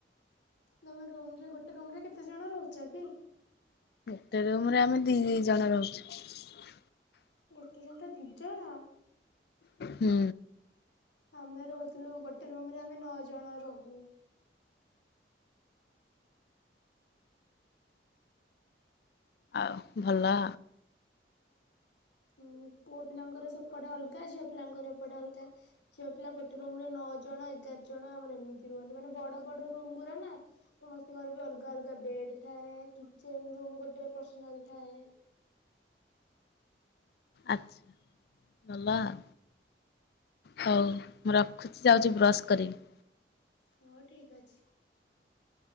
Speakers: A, on the left; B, on the left.
A: ତମେ ରୁମରେ ଗୋଟେ ରୁମରେ କେତେ ଜଣ ରହୁଛ କି?
B: ଗୋଟେ ରୁମ ରେ ଆମେ ଦି ଦି ଜଣ ରହୁଛୁ।
A: ଗୋଟି ରୁମ୍ ରେ ଦି ଜଣ
B: ହୁଁ
A: ଆମେ ରହୁଥିଲୁ ଗୋଟେ ରୁମ ରେ ଆମେ ନଅ ଜଣ ରହୁ।
B: ଆଉ ଭଲ
A: ହଁ ପୁଅ ପିଲାଙ୍କର ସେପଟା ଅଲଗା ଝିଅ ପିଲାଙ୍କର ଏପଟା ଅଲଗା ଝିଅ ପିଲା ଗୋଟେ ରୁ ରେ ନଅ ଜଣ ଏଗାର ଜଣ ଆମର ଏମିତି ରୁହନ୍ତି ମାନେ ବଡ ବଡ ରୁମ୍ ଗୁରା ନା ସମସ୍ତଙ୍କର ବି ଅଲଗା ଅଲଗା ବେଡ ଥାଏ କିଚେନ ରୁମ୍ ଗୋଟେ ପସନାଲ ଥାଏ।
B: ଆଚ୍ଛା ଭଲ ଆଉ ହଉ ମୁଁ ରଖୁଛି ଯାଉଛି ବ୍ରଶ କରିବି।
A: ହଉ ଠିକ ଅଛି।